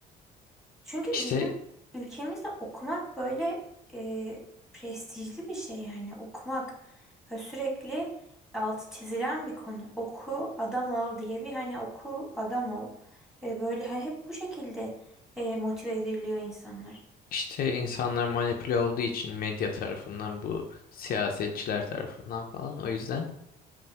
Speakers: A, in the centre; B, on the left.
A: Çünkü
B: İşte
A: bizim ülkemizde okumak böyle e, prestijli bir şey yani okumak ve sürekli altı çizilen bir konu. Oku adam ol diye bir hani oku adam ol. E, böyle hani hep bu şekilde e, motive ediliyor insanlar.
B: işte insanlar manipüle olduğu için medya tarafından bu siyasetçiler tarafından falan. O yüzden